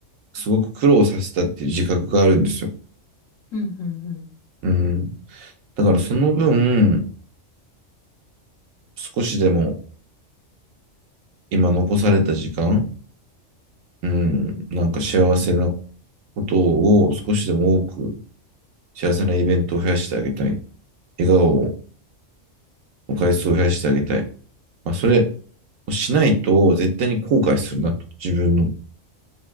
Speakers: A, on the right; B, on the left.
A: すごく苦労させたっていう自覚があるんですよ。
B: うん、うん、うん。
A: うん。だからその分、少しでも今残された時間、うん、なんか幸せなことを少しでも多く幸せなイベントを増やしてあげたい。笑顔を、お回数を増やしてあげたい。まあ、それ、しないと絶対に後悔するなと、自分の